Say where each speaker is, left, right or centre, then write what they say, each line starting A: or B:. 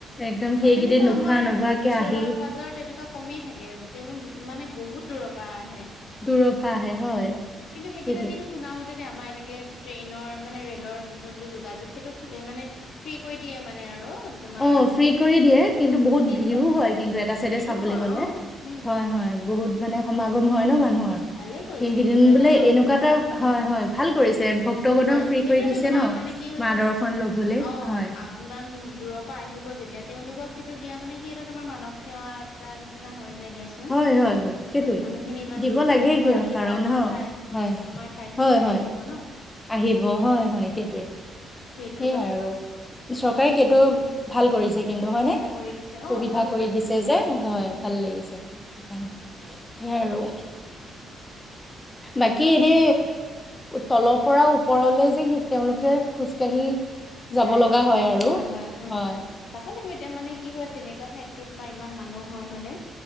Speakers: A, on the left (about 20°); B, on the left (about 75°).
A: একদম
B: অ
A: সেইগিদিন
B: তেনেকুৱা
A: নোখোৱা
B: আমাৰ
A: নোবোৱাকে আহি
B: পাজৰ তেনেকুৱা কমেই থাকে তেওঁলোক মানে বহুত দূৰৰ পৰা আহে।
A: তৰপ আহে হয়।
B: কিন্তু সেইকেইটা
A: সেইটোৱে।
B: দিন শুনা মান যদি আমাৰ এনেকে ট্ৰেইনৰ মানে ৰেলৰ যোনটো যোগাযোগ সেইটো ফ মানে ফ্ৰী কৰি দিয়ে মানে আৰু। তোমাৰ
A: অ', ফ্ৰী কৰি দিয়ে কিন্তু বহুত
B: শুনি
A: ভিৰো
B: অ
A: হয় কিন্তু এটা চাইডে
B: ভিৰো
A: চাবলৈ
B: হয়
A: গ'লে
B: অ উম
A: হয়', হয়। বহুত মানে সমাগম হয় ন মানুহৰ
B: ভালে কৰিছে
A: সেইকেইদিন
B: সেইটো এটা
A: বোলে
B: ন
A: এনেকুৱা এটা
B: উম
A: হয', হয় ভাল কৰিছে ভক্তগণক
B: ভাল কৰিছে
A: ফ্ৰী
B: সেইটো
A: কৰি
B: এটা
A: দিছে
B: তোমাৰ
A: ন
B: মানে কি হৈছে
A: মা দৰ্শন
B: অ',
A: লবলে হয়
B: ইমান দূৰৰ পাই আহিব যেতিয়া তেওঁলোকক সেইটো দিয়া মানে কি এটা তোমাৰ মানৱ সেৱা এটা নিচিনা হয়। দিয়াচোন
A: হয় হয় হয় সেইটোয়ে
B: মানুহখিনি ইমান
A: দিব
B: দূৰ দূৰণিৰ
A: লাগে কিয়
B: পৰা আহিব
A: কাৰণ
B: আমাৰ
A: হ
B: ঠাই
A: হয়
B: আমাৰ ঠাই
A: হয়
B: লৈ
A: হয়
B: আহিব ন।
A: আহিব হয় হয় সেইটোৱে
B: সেইটো
A: সেইয়াই
B: কথা
A: আৰু চৰকাৰে সেইটো ভাল কৰিছে কিন্তু
B: সুবিধা
A: হয়নে।
B: কৰি দিছে অ
A: সুবিধা
B: ভাল
A: কৰি
B: কৰিছে
A: দিছে
B: তোমাৰ
A: যে হয়
B: উম
A: ভাল লাগিছে সেইকাৰণে সেইয়াই আৰু। বাকী
B: আৰু
A: এনে তলৰ পৰা ওপৰলৈ যে সি তেওঁলোকে খোজকাঢ়ি যাব
B: যাই
A: লগা
B: অ',
A: হয় আৰু।
B: হয', হয', উম
A: হয়,
B: যাব লাগিব এতিয়া মানে কি হয় তেনেকুৱা ঠাইতো তোমাৰ ইমান মানুহ হয় হয়নেে